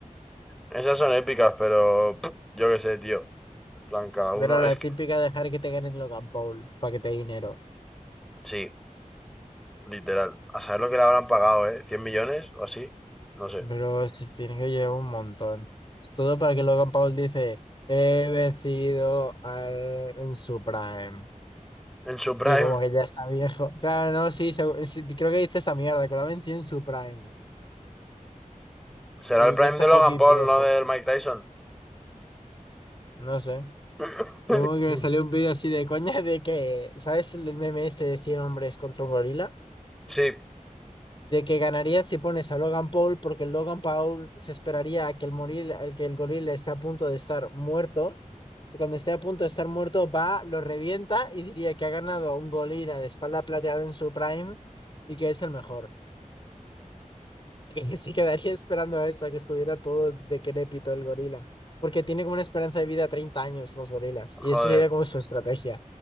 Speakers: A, in the centre; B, on the left (about 35°).
A: Esas son épicas, pero pff, yo qué sé, tío. En plan, cada
B: Pero
A: uno.
B: la
A: Es que,
B: típica dejar que te ganen Logan Paul para que te dé dinero.
A: sí, literal. A saber lo que le habrán pagado, ¿eh? Cien millones o así? No sé.
B: Pero se tiene que llevar un montón. Es todo para que Logan Paul dice, he vencido a- en su prime.
A: En su prime.
B: Y como que ya está viejo. Claro, no, sí, segu- sí, creo que dice esa mierda, que lo ha vencido en su prime.
A: Será
B: Y
A: el
B: ya
A: prime
B: está
A: de
B: fucking
A: Logan Paul,
B: viejo.
A: no del Mike Tyson.
B: No sé.
A: <coughs>
B: Yo como que me salió
A: <laughs>
B: un vídeo así de coña de que, ¿sabes el meme este de 100 hombres contra un gorila?
A: Sí,
B: De que ganarías si pones a Logan Paul porque el Logan Paul se esperaría a que el, moril, al que el gorila está a punto de estar muerto y cuando esté a punto de estar muerto va, lo revienta y diría que ha ganado a un gorila de espalda plateada en su prime y que es el mejor. <laughs> que sí quedaría esperando a eso, a que estuviera todo decrépito el gorila. Porque tiene como una esperanza de vida de 30 años los gorilas. Y eso
A: joder,
B: sería como su estrategia.